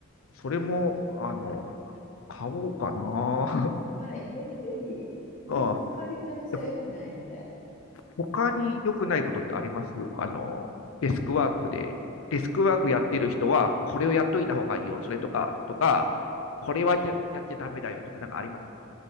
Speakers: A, on the left; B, on the left.
A: それも、あの、買おうかな。
B: はい。ぜひぜひ。
A: <laughs>
B: 本当に座りっぱなしは良くないので。
A: あー、他に良くないことってありますあの、デスクワークで、デスクワークやってる人は、これをやっといた方がいいよ。それとか、とか、これはや、やっちゃダメだよとか、なんかあります